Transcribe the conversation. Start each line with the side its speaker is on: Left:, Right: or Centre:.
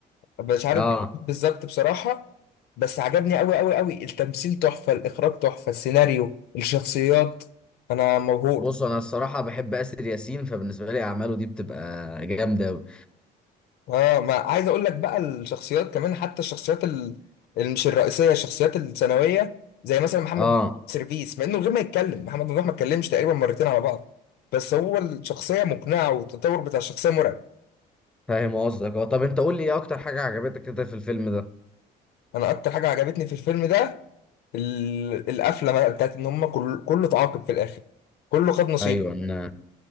Left: مش عارف
Centre: آه
Left: بالظبط بصراحة بس عجبني قوي قوي قوي التمثيل تحفة الاخراج تحفة السيناريو الشخصيات انا مبهور
Centre: بص أنا الصراحة بحب آسر ياسين فبالنسبة لي أعماله دي بتبقى جامدة أوي
Left: اه ما عايز اقول لك بقى الشخصيات كمان حتى الشخصيات ال- اللي مش الرئيسيه الشخصيات الثانويه زي مثلا محمد
Centre: آه
Left: سيرفيس مع انه من غير ما يتكلم محمد ممدوح ما اتكلمش تقريبا مرتين على بعض بس هو الشخصيه مقنعه والتطور بتاع الشخصيه مرعب
Centre: فاهم قصدك آه طب أنت قول لي إيه أكتر حاجة عجبتك كده في الفيلم ده؟
Left: انا اكتر حاجه عجبتني في الفيلم ده ال- القفله بقى بتاعت ان هم كل كله اتعاقب في الاخر كله خد نصيب
Centre: ايوه انا